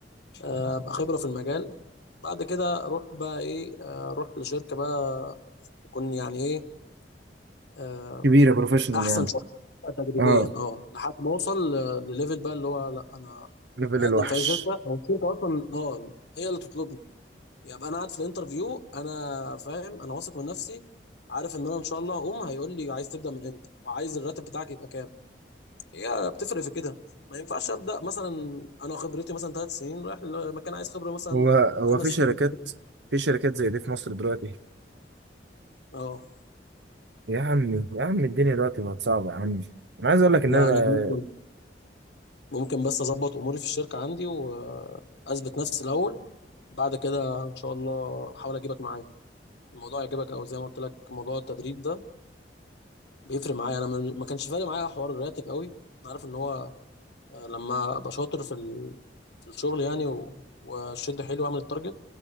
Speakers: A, on the left; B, on the right.
A: آه، ابقى خبره في المجال بعد كده اروح بقى ايه آه، اروح لشركه بقى تكون يعني ايه آه،
B: كبيرة بروفيشنال
A: احسن
B: يعني
A: شويه تدريجيا
B: اه
A: اه لحد ما اوصل ل- لليفل بقى اللي هو لا انا
B: ليفل
A: اقدم
B: الوحش
A: في اي شركه او الشركه اصلا اه هي اللي تطلبني يبقى انا قاعد في الانترفيو انا فاهم انا واثق من نفسي عارف ان انا ان شاء الله هقوم هيقول لي عايز تبدا من امتى وعايز الراتب بتاعك يبقى كام هي بتفرق في كده ما ينفعش ابدا مثلا انا خبرتي مثلا ثلاث سنين رايح لمكان عايز خبره مثلا
B: هو هو
A: خمس
B: في شركات
A: سنين
B: في شركات زي دي في مصر دلوقتي
A: اه
B: يا عمي يا عم الدنيا دلوقتي بقت صعبه يا عمي انا عايز اقول لك
A: لا
B: ان انا
A: انا ممكن ممكن بس اظبط اموري في الشركه عندي واثبت نفسي الاول بعد كده ان شاء الله احاول اجيبك معايا الموضوع يعجبك او زي ما قلت لك موضوع التدريب ده بيفرق معايا انا ما ما كانش فارق معايا حوار الراتب قوي انا عارف ان هو آه، لما ابقى شاطر في ال... في الشغل يعني و... واشد حيلي واعمل التارجت